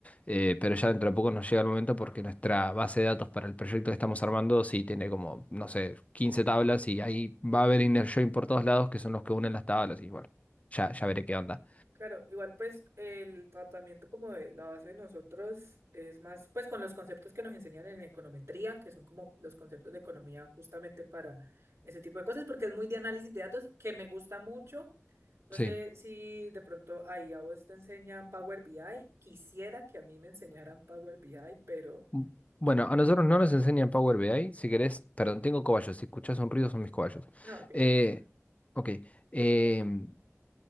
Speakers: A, on the left; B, on the right.
A: Eh, pero ya dentro de poco nos llega el momento porque nuestra base de datos para el proyecto que estamos armando sí tiene como, no sé, 15 tablas y ahí va a haber inner join por todos lados que son los que unen las tablas y bueno, ya, ya veré qué onda.
B: Claro, igual pues el tratamiento como de la base de nosotros es más pues con los conceptos que nos enseñan en econometría, que son como los conceptos de economía justamente para ese tipo de cosas, porque es muy de análisis de datos que me gusta mucho. No
A: Sí.
B: sé si de pronto ahí a vos te enseñan Power BI. Quisiera que a mí me enseñaran Power BI, pero
A: Mm, Bueno, a nosotros no nos enseñan Power BI, si querés, perdón, tengo cobayos, si escuchás un ruido son mis cobayos.
B: no, ok,
A: Eh,
B: no pasa nada.
A: ok, em,